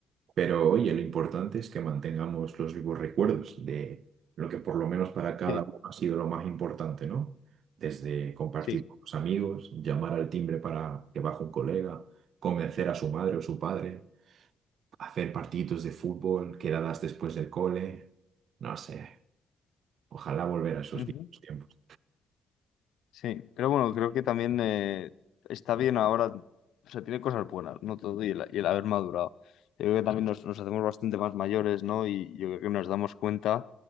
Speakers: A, on the right; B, on the left.
A: Pero oye, lo importante es que mantengamos los vivos recuerdos de lo que por lo menos para cada
B: sí,
A: uno ha sido lo más importante, ¿no? Desde compartir
B: sí.
A: con los amigos, llamar al timbre para que baje un colega, convencer a su madre o su padre, hacer partiditos de fútbol, quedadas después del cole. No sé, ojalá volver a esos
B: ujú,
A: viejos tiempos.
B: Sí, pero bueno, creo que también eh, está bien ahora. O sea, tiene cosas buenas, ¿no? Todo y el, y el haber madurado. Yo creo que también nos, nos hacemos bastante más mayores, ¿no? Y yo creo que nos damos cuenta